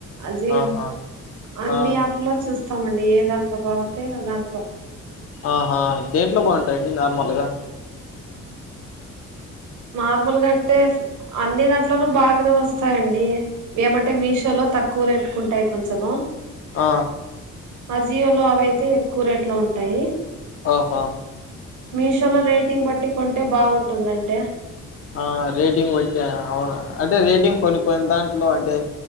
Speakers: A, on the right; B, on the left.
A: అజియో
B: ఆహా
A: అన్ని
B: ఆ
A: యాప్ లో చూస్తామం ఏ దాంట్లో బాగుంటే ఆ దాంట్లో
B: ఆహా దేంట్లో బాగుంటాయండి నార్మల్గా
A: నార్మల్గా అయితే అన్ని దాంట్లోనూ బాగనే వస్తాయండి. ఏమంటే మీషోలో తక్కువ రేట్టుకుంటాయి కొంచము.
B: ఆ
A: అజియో లో అవైతే ఎక్కువ రేట్లో ఉంటాయి.
B: ఆహా
A: మీషో లో రేటింగ్ బట్టి కొంటే బాగుంటుందంటే
B: ఆ రేటింగ్ బట్టా అవునా అంటే రేటింగ్ కొన్ని కొన్ని దాంట్లో అం టే